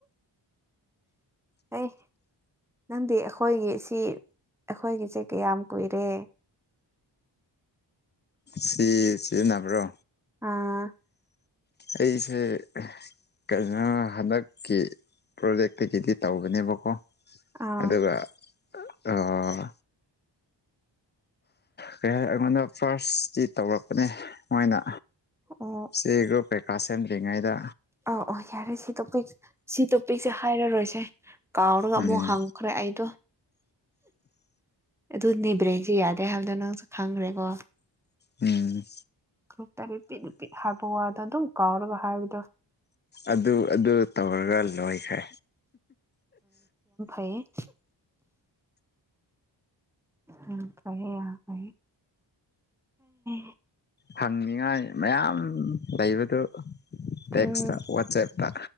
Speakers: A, in the centre; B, on the left (about 25°).
A: ꯑꯩ ꯅꯪꯗꯤ ꯑꯩꯈꯣꯏꯒꯤ ꯁꯤ ꯑꯩꯈꯣꯏꯒꯤꯁꯦ ꯀꯌꯥꯝ ꯀꯨꯏꯔꯦ
B: ꯁꯤ ꯁꯤꯖꯤꯟꯅꯕ꯭ꯔꯣ
A: ꯑꯥ
B: ꯑꯩꯁꯦ ꯀꯩꯅꯣ ꯍꯟꯗꯛꯀꯤ ꯄ꯭ꯔꯣꯖꯦꯛꯇꯒꯤꯗꯤ ꯇꯧꯕꯅꯦꯕꯀꯣ
A: ꯑꯥ
B: ꯑꯗꯨꯒ ꯑꯥ ꯀꯩ ꯍꯥꯏ ꯑꯩꯉꯣꯟꯗ ꯐꯥꯔꯁꯇꯤ ꯇꯧꯔꯛꯄꯅꯦ ꯃꯣꯏꯅ
A: ꯑꯣ
B: ꯆꯦ ꯒ꯭ꯔꯨꯞ ꯀꯩ ꯀꯥꯁꯦꯝꯗ꯭ꯔꯤꯉꯩꯗ
A: ꯑ ꯑꯣ ꯌꯥꯔꯦ ꯁꯤ ꯇꯣꯄꯤꯛ ꯁꯤ ꯇꯣꯄꯤꯛꯁꯦ ꯍꯥꯏꯔꯔꯣꯏꯒꯦ ꯀꯥꯎꯔꯒ
B: ꯎꯝ
A: ꯑꯃꯨꯛ ꯍꯪꯈ꯭ꯔꯦ ꯑꯩꯗꯣ ꯑꯗꯨꯅꯦ ꯕ꯭ꯔꯦꯟꯁꯨ ꯌꯥꯗꯦ ꯍꯥꯏꯕꯗꯣ ꯅꯪꯁꯨ ꯈꯪꯈ꯭ꯔꯦꯀꯣ
B: ꯎꯝ
A: <unintelligible> ꯄꯤꯛ ꯍꯥꯏꯕ ꯋꯥꯗꯣ ꯑꯗꯨꯝ ꯀꯥꯎꯔꯒ ꯍꯥꯏꯕꯗꯣ
B: ꯑꯗꯨ ꯑꯗꯨ ꯇꯧꯔꯒ ꯂꯣꯏꯈ꯭ꯔꯦ
A: ꯍꯦ ꯎꯝ <unintelligible>
B: ꯍꯪꯅꯤꯉꯥꯏ ꯃꯌꯥꯝ ꯂꯩꯕꯗꯨ ꯇꯦꯛꯁꯇ
A: ꯎꯝ
B: ꯋꯥꯆꯦꯞꯇ